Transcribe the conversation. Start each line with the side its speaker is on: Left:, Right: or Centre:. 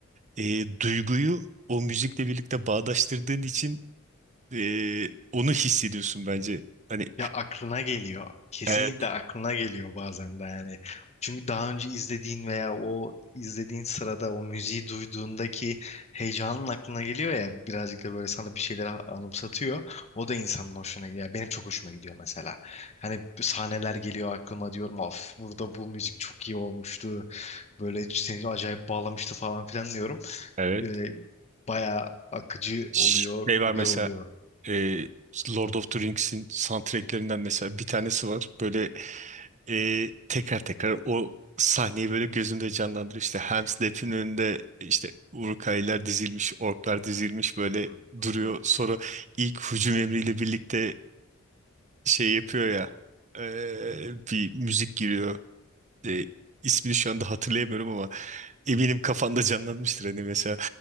Right: e, duyguyu o müzikle birlikte bağdaştırdığın için e, onu hissediyorsun bence. Hani
Left: Ya aklına geliyor. Kesinlikle
Right: Evet.
Left: aklına geliyor bazen de yani. Çünkü daha önce izlediğin veya o izlediğin sırada o müziği duyduğundaki heyecanın aklına geliyor ya birazcık da böyle sana bir şeyleri anımsatıyor. O da insanın hoşuna gidiyor. Yani Benim çok hoşuma gidiyor mesela. Hani sahneler geliyor aklıma diyorum of burada bu müzik çok iyi olmuştu. Böyle seni acayip bağlamıştı falan filan diyorum.
Right: Evet.
Left: Ee, bayağı akıcı
Right: Şey
Left: oluyor,
Right: var
Left: güzel
Right: mesela
Left: oluyor.
Right: E, Lord of the Rings'in soundtracklerinden mesela bir tanesi var. Böyle e, tekrar tekrar o sahneyi böyle gözümde canlandırıyor. İşte Helm's Deep'in önünde işte Uruk-hai'ler dizilmiş, orklar dizilmiş böyle
Left: <laughs>
Right: duruyor. Sonra ilk hücum emriyle birlikte şey yapıyor ya e, bir müzik giriyor. E, ismini şu anda hatırlayamıyorum ama eminim kafanda canlanmıştır hani mesela.